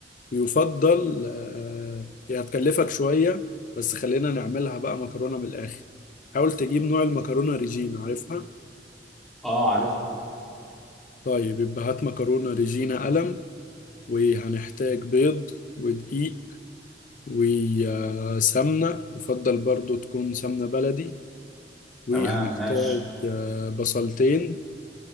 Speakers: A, on the left; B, in the centre.
A: ويفضل آه، هي هتكلفك شويه بس خلينا نعملها بقى مكرونه بالاخر حاول تجيب نوع المكرونه ريجينا عارفها
B: اه عارفها
A: طيب يبقى هات مكرونه ريجينا قلم وهنحتاج بيض ودقيق وسمنه يفضل برضو تكون سمنه بلدي
B: تمام
A: وهنحتاج
B: ماشي
A: آه، بصلتين